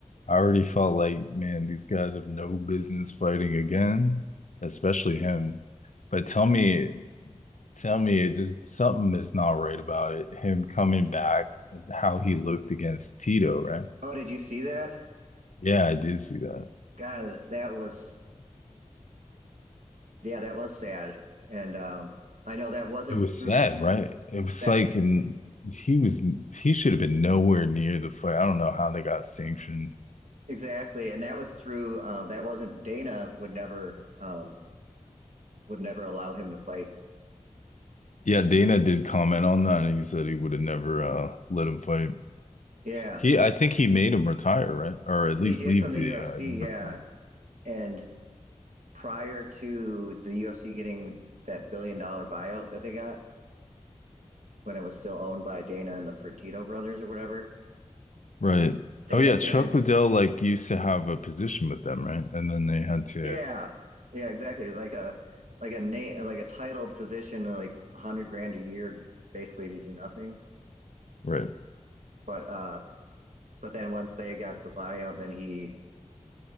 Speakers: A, on the left; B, on the right.
A: I already felt like, man, these guys have no business fighting again, especially him. But tell me, tell me, it just something is not right about it. Him coming back and how he looked against Tito, right?
B: Oh, did you see that?
A: Yeah, I did see that.
B: God, that was yeah, that was sad. And um, I know that wasn't
A: It was
B: through
A: sad, right? It was
B: that
A: like, and he was he should have been nowhere near the fight. I don't know how they got sanctioned.
B: Exactly, and that was through um, that wasn't Dana would never um, would never allow him to fight.
A: Yeah, Dana did comment on that, and he said he would have never uh, let him fight.
B: Yeah,
A: He, I think he made him retire, right? Or at least
B: he did
A: leave
B: from the
A: the
B: UFC.
A: uh, UFC.
B: Yeah, and prior to the UFC getting that billion dollar buyout that they got when it was still owned by Dana and the Fertitta brothers or whatever,
A: Right.
B: they
A: Oh yeah,
B: had given
A: Chuck Liddell like used to have a position with them, right? And then they had to,
B: yeah yeah exactly like a like a name like a titled position like a hundred grand a year basically to do nothing.
A: right.
B: But uh, but then once they got the buyout, then he